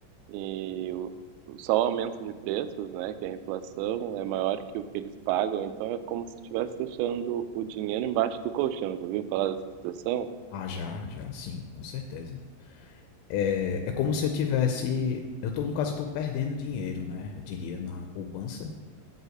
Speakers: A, on the right; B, on the left.
A: e o- só o aumento de preços, né, que a inflação é maior que o que eles pagam, então é como se estivesse deixando o dinheiro embaixo do colchão, já ouviu falar dessa expressão?
B: Ah, já, já, sim, com certeza. É, é como se eu tivesse, eu tô, no caso, eu tô perdendo dinheiro, né? Eu diria na poupança.